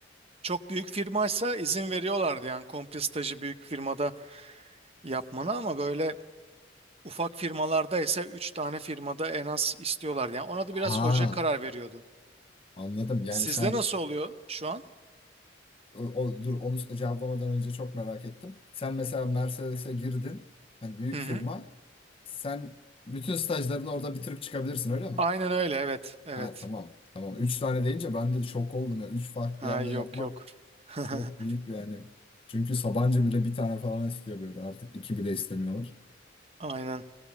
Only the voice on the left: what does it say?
Ha
anladım. Yani
sen
o, o- dur onu cevaplamadan önce çok merak ettim. Sen mesela Mercedes'e girdin. Hani büyük
firma.
Sen bütün stajlarını orada bitirip çıkabilirsin öyle mi?
Ha tamam. Tamam. Üç tane deyince ben de şok oldum ya. Üç farklı
yerde
yapmak
çok büyük bir yani. Çünkü Sabancı bile bir tane falan istiyor böyle. Artık iki bile istemiyorlar.